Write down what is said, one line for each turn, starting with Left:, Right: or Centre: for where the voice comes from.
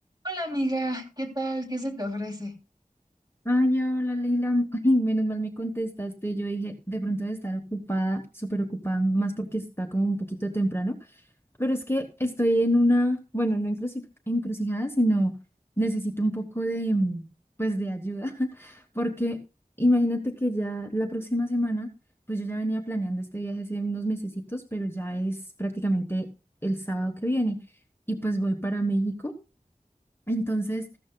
Right: Hola amiga, ¿qué tal? ¿Qué se te ofrece?
Left: Ay, hola Leila, <laughs> Ay, menos mal me contestaste. Yo dije, de pronto de estar ocupada, súper ocupada, más porque está como un poquito temprano, pero es que estoy en una, bueno, no encruci- encrucijada, sino necesito un poco de, mm, pues, de ayuda, <laughs> porque imagínate que ya la próxima semana, pues yo ya venía planeando este viaje hace unos mesecitos, pero ya es prácticamente el sábado que viene y pues voy para México. Entonces...